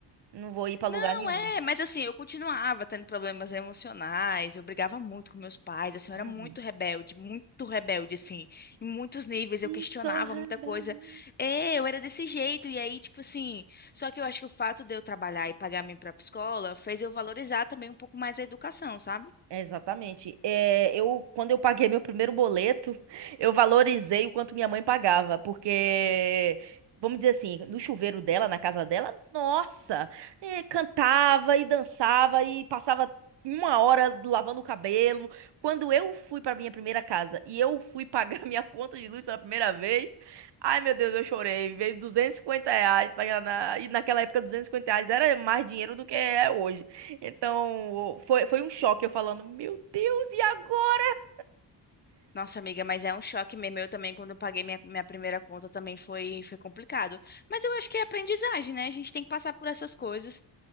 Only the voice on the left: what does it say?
Não,
é, mas assim, eu continuava tendo problemas emocionais, eu brigava muito com meus pais, assim, eu
era muito rebelde, muito rebelde, assim, em muitos níveis, eu questionava
muita coisa. É, eu era desse jeito, e aí, tipo assim, só que eu acho que o fato de eu trabalhar e pagar minha própria escola fez eu valorizar também um pouco mais a educação, sabe?
Nossa, amiga, mas é um choque mesmo. Eu também, quando eu paguei minha, minha primeira conta, também foi, foi complicado. Mas eu acho que é aprendizagem, né? A gente tem que passar por essas coisas.